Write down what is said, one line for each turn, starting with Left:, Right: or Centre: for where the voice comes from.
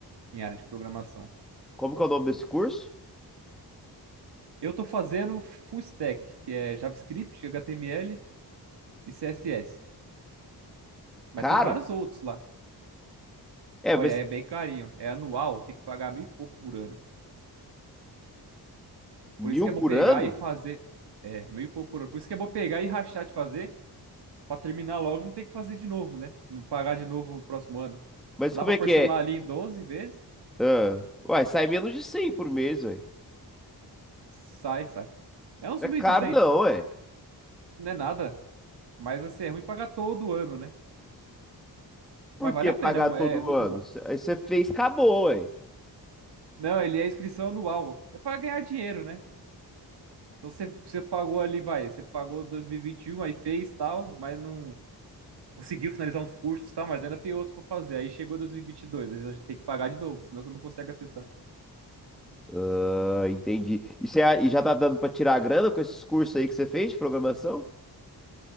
Right: em área de programação.
Centre: Como que é o nome desse curso?
Right: Eu tô fazendo full stack, que é JavaScript, HTML e CSS. Mas
Centre: Caro?
Right: tem vários outros lá.
Centre: É,
Right: Olha,
Centre: mas
Right: é bem carinho. É anual, tem que pagar meio e pouco por ano.
Centre: mil
Right: Por isso que é
Centre: por
Right: bom pegar
Centre: ano?
Right: e fazer. É, meio e pouco por ano. Por isso que é bom pegar e rachar de fazer, para terminar logo e não ter que fazer de novo, né? Não pagar de novo no próximo ano.
Centre: Mas
Right: Dá
Centre: como
Right: para
Centre: é
Right: parcelar
Centre: que é?
Right: ali em doze vezes.
Centre: Ah, uai, sai menos de 100 por mês, uai.
Right: Sai, sai. É uns
Centre: Não
Right: mil
Centre: é caro
Right: e duzentos.
Centre: não, ué.
Right: Não é nada. Mas assim, é ruim pagar todo ano, né?
Centre: Por
Right: Mas
Centre: que
Right: vale a
Centre: pagar
Right: pena, é, um,
Centre: todo
Right: é é muito
Centre: ano?
Right: bom.
Centre: Cê- Aí você fez, acabou, ué.
Right: Não, ele é inscrição anual. É para ganhar dinheiro, né? Então você, você pagou ali, vai, você pagou 2021, aí fez tal, mas não conseguiu finalizar uns cursos e tal, mas ainda tem outros para fazer. Aí chegou 2022, aí já tem que pagar de novo, senão você não consegue acessar.
Centre: Ah, entendi. E, cê, e já tá dando pra tirar a grana com esses cursos aí que você fez de programação?